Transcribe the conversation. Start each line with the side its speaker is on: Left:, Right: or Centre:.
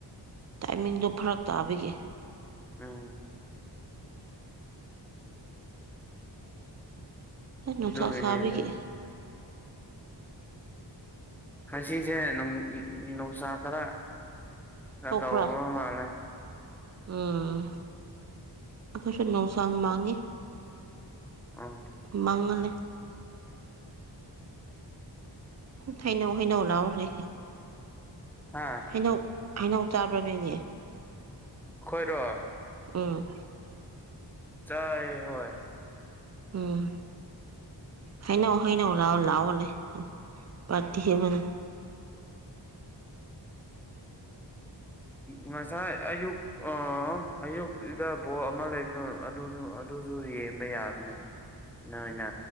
Right: ꯇꯥꯏꯃꯤꯡꯗꯣ ꯐꯔꯛ ꯇꯥꯕꯤꯒꯦ
Centre: ꯎꯝ
Right: ꯅꯨꯡꯁꯥ
Centre: ꯑꯗꯨꯒꯤꯅꯦ
Right: ꯁꯥꯥꯕꯤꯒꯤ
Centre: ꯑꯗꯨꯒꯤꯅꯦ ꯈꯁꯤꯁꯦ ꯅꯨꯡꯁꯥ ꯈꯔ
Right: ꯊꯣꯛꯄ꯭ꯔꯥ
Centre: ꯇꯧ ꯃꯥꯜꯂꯦ
Right: ꯎꯝ ꯑꯩꯈꯣꯏꯁꯨ ꯅꯨꯡꯁꯥ ꯃꯥꯡꯉꯤꯦ
Centre: ꯎꯝ
Right: ꯃꯉꯂꯦ ꯊꯥꯏꯅꯧ ꯍꯩꯅꯧ ꯂꯑꯣꯔ
Centre: ꯍꯥ
Right: ꯍꯩꯅꯧ ꯍꯩꯅꯧ ꯆꯥꯕ꯭ꯔꯥ ꯅꯣꯏꯅꯦ
Centre: ꯈꯣꯏꯔꯣ
Right: ꯎ
Centre: ꯆꯥꯏ ꯍꯣꯏ
Right: ꯎꯝ ꯍꯩꯅꯧ ꯍꯥꯏꯩꯅꯧ ꯂꯥꯛꯑꯣ ꯂꯥꯛꯑꯣꯅꯦ ꯄꯥꯔꯇꯤ ꯍꯦꯕꯅ
Centre: ꯉꯁꯥꯏ ꯑꯌꯨꯛ ꯑ ꯑꯌꯨꯛꯗ ꯕꯣ ꯑꯃ ꯂꯩꯕꯅꯣ ꯑꯗꯨꯅ ꯨꯁꯨ ꯌꯦꯡꯕ ꯌꯥꯕꯅꯦ ꯑꯣꯏꯅ